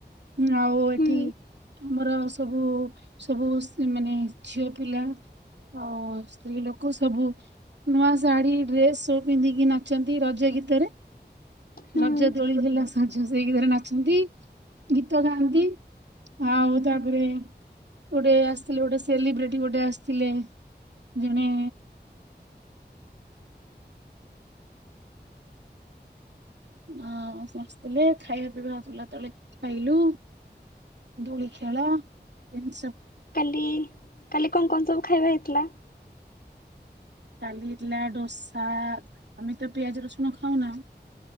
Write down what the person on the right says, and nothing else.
ହୁଁ ହଉ
ଏଠି ଆମର ସବୁ ସବୁ ମାନେ ଝିଅ ପିଲା ଆଉ ସ୍ତ୍ରୀ ଲୋକ ସବୁ ନୂଆ ଶାଢ଼ୀ ଡ୍ରେସ୍ ସ ପିନ୍ଧିକି ନାଚନ୍ତି ରଜ ଗୀତରେ।
ରଜ ଦୋଳି ହେଲା ସ ସେଇ ଗୀତରେ ନାଚନ୍ତି। ଗୀତ ଗାଆନ୍ତି। ହଁ ହଉ ତାପରେ ଗୋଟେ ଆସିଥିଲେ ଗୋଟେ ସେଲିବ୍ରିଟୀ। ଗୋଟେ ଆସିଥିଲେ ଜଣେ ଆ ସମସ୍ତଥିଲେ ଖାଇବା ପିଇବା ଆଥିଲା ତଳେ ଖାଇଲୁ ଦୋଳି ଖେଳ ଏମି
କାଲି ହେଇଥିଲା ଡୋସା ଆମେ ତ ପିଆଜ ରସୁନ ଖାଉ ନା।